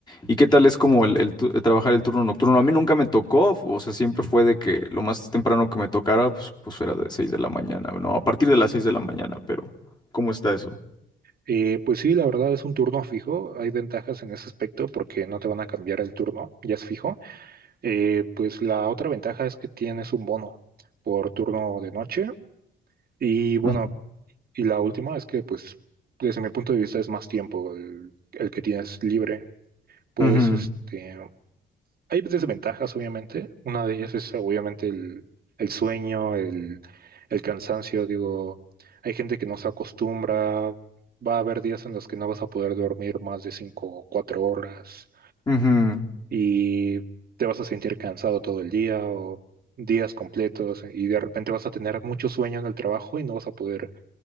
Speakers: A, on the left; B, on the right.
A: ¿Y qué tal es como el, el tu- trabajar el turno nocturno? A mí nunca me tocó, o sea, siempre fue de que lo más temprano que me tocara, pues, pues era de 6 de la mañana, no, a partir de las 6 de la mañana, pero ¿cómo está eso?
B: Eh, pues sí, la verdad es un turno fijo, hay ventajas en ese aspecto porque no te van a cambiar el turno, ya es fijo. Eh, pues la otra ventaja es que tienes un bono por turno de noche. Y bueno,
A: Ujú,
B: Y la última es que, pues, desde mi punto de vista es más tiempo el, el que tienes libre. Puedes,
A: ujú.
B: este, hay desventajas, obviamente. Una de ellas es, obviamente, el, el sueño, el, el cansancio. Digo, hay gente que no se acostumbra. Va a haber días en los que no vas a poder dormir más de cinco o cuatro horas
A: Ujú.
B: y te vas a sentir cansado todo el día o días completos y de repente vas a tener mucho sueño en el trabajo y no vas a poder